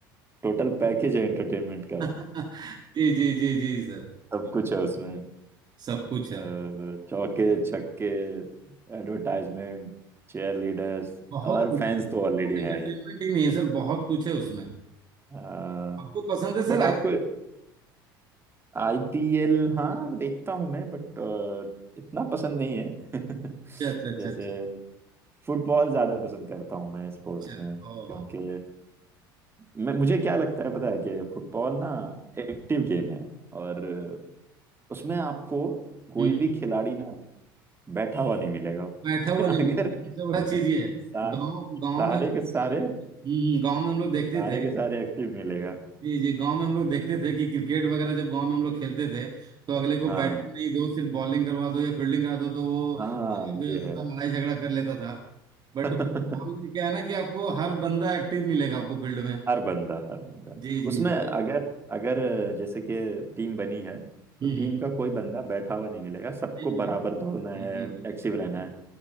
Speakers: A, on the right; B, on the right.
A: टोटल पैकेज है एंटरटेनमेंट का
B: <laughs> जी जी जी जी सर
A: सब कुछ है उसमें
B: सब कुछ है
A: अ, चौके छक्के एडवर्टाइजमेंट चेयर लीडर्स
B: बहुत
A: और
B: कुछ
A: फैंस
B: है
A: तो
B: सर
A: ऑलरेडी
B: तो एंटरटेनमेंट
A: हैं
B: ही नहीं है सर बहुत कुछ है उसमें
A: हाँ
B: आपको पसंद है
A: बट
B: सर
A: आपको
B: आई
A: आईपीएल हाँ देखता हूँ मैं बट इतना पसंद नहीं है <laughs>
B: अच्छा अच्छा अच्छा
A: जैसे
B: अच्छा
A: फुटबॉल ज्यादा पसंद करता हूँ मैं स्पोर्ट्स
B: अच्छा
A: में
B: ओ
A: क्योंकि मैं मुझे क्या लगता है पता है कि फुटबॉल ना एक्टिव गेम है और उसमें आपको कोई
B: हम्म
A: भी खिलाड़ी ना बैठा हुआ नहीं मिलेगा <laughs>
B: बैठा हुआ नहीं
A: अगर
B: मिलता सबसे बड़ा चीज ये है
A: सा,
B: गांव गांव
A: सारे
B: में हम लोग
A: के सारे
B: देखते थे हम्म गांव में हम लोग देखते
A: सारे
B: थे
A: के सारे एक्टिव मिलेगा
B: जी जी गांव में हम लोग देखते थे कि क्रिकेट वगैरह जब गांव में हम लोग खेलते थे तो अगले को
A: हाँ
B: बैटिंग नहीं दो सिर्फ बॉलिंग करवा दो या फील्डिंग करा दो तो वो
A: हाँ
B: जो
A: ये
B: जाता था लड़ाई झगड़ा कर लेता था बट
A: है <laughs>
B: फुटबॉल में क्या है ना कि आपको हर बंदा एक्टिव मिलेगा आपको फील्ड में
A: हर बंदा हर बंदा
B: जी जी
A: उसमें
B: जी
A: अगर
B: तो
A: अगर जैसे कि टीम बनी है
B: हम्म
A: तो टीम
B: हम्म,
A: का कोई बंदा बैठा हुआ नहीं मिलेगा सबको
B: नहीं
A: बराबर
B: मिलेगा
A: दौड़ना है
B: जी जी जी
A: एक्टिव रहना है